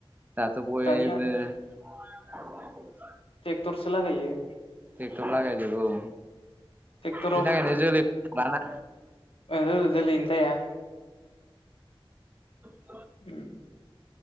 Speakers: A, on the right (about 20°); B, on the left (about 75°).
A: दाथ बयबो
B: दानिया
A: <unintelligible>
B: ट्रेकटरसो लागायो।
A: ट्रेकटर लागायजोबो औ।
B: टेक्टराव
A: बेनि
B: <unintelligible>
A: थाखायनो जोलै लाना
B: ओहो। जोलैनो थाया।
A: औ।
B: उम।